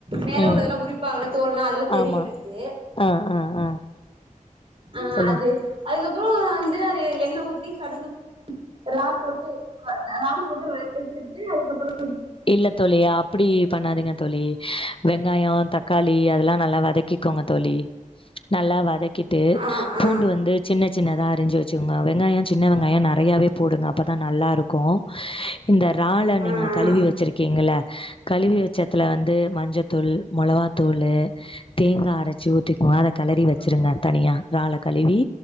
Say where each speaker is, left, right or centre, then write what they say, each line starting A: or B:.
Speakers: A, on the right (about 45°); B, on the left (about 40°).
A: மேல
B: ம்
A: உள்ளதெல்லா உரிப்பாங்கலா தோல்லா அதெல்லா தெரியு
B: ஆமா
A: எனக்கு
B: ஆ ஆ ஆ
A: ஆ
B: சொல்லுங்க
A: அது அதுக்கு அப்பறோ வந்து அது எண்ணெ ஊத்தி கடுகு ரறால் போட்டு ரறால் போட்டு வருத்துட்டு அதுக்கு அப்புறோ
B: இல்ல தோழி அப்படி பண்ணாதிங்க தோழி வெங்காயோ தக்காளி அதெல்லா நல்லா வதக்கி வதக்கிக்கோங்க தோழி நல்லா வதக்கிட்டு
A: ஆ
B: பூண்டு
A: ஆ
B: வந்து சின்ன சின்னதா அறிஞ்சி வச்சிகோங்க வெங்காயோ சின்ன வெங்காயோ நிறையாவவே போடுங்க அப்பதா நல்லா இருக்கு இந்த றால்லா
A: ஆ ஆ
B: நீங்க கழிவி வெ வச்சிருக்கீங்களே கழுவி வச்சத்துல வந்து மஞ்சத்தூள் மொளகாத்தூளு தேங்கா அரைச்சி ஊத்திக்கோ அத கெளறி வச்சிருங்க தனியா இறால கழுவி